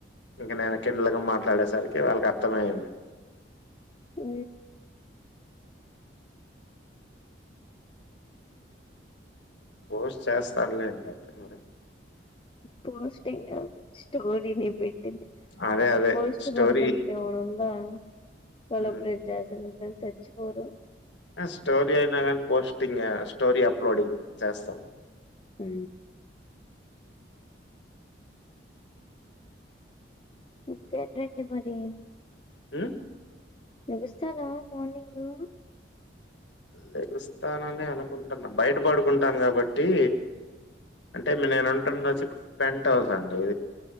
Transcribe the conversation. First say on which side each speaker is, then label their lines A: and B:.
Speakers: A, on the left; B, on the left.
A: ఇంక నేను కిన్నలగా మాట్లాడేసరికి వాళ్ళకి అర్ధమయ్యింది
B: ఊ
A: పోస్ట్ చేస్తానులేండి అయితే మరి
B: పోస్టింగ్ కాదు స్టోరినే పెట్టింది
A: అదే అదే
B: పోస్ట్
A: స్టోరీ
B: పడదు ఇంక ఉంటా కొలబ్రెడ్
A: హ్మ్.
B: జేసే నీ ఫ్రెండ్స్ సచ్చిపోరు
A: ఆ స్టోరీ అయినా కానీ పోస్టింగ్ స్టోరీ అప్లోడింగ్ చేస్తాం.
B: ఊ ఇంకా రండి మరి
A: ఉ
B: లెగుస్తారా మార్నింగ్
A: లెగుస్తాననె అనుకుంటున్నా బయటపడుకుంటాను కాబట్టి అంటే మీ నేను ఉంటాండ షిఫ్ట్ పెంట్ హౌస్ అండీ